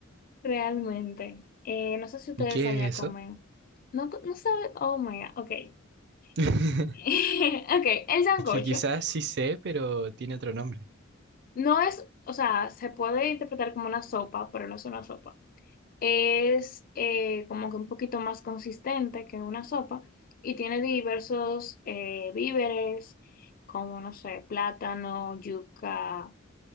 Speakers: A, on the left; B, on the right.
A: realmente. Eh, no sé si ustedes
B: ¿Y qué
A: allá
B: es
A: comen.
B: eso?
A: No, co- no sabe. Oh my God, ok. <laughs>
B: <laughs>
A: Ok, el sancocho
B: Es que quizás sí sé, pero tiene otro nombre.
A: no es, o sea, se puede interpretar como una sopa, pero no es una sopa. Es eh, como que un poquito más consistente que una sopa y tiene diversos eh, víveres, como, no sé, plátano, yuca,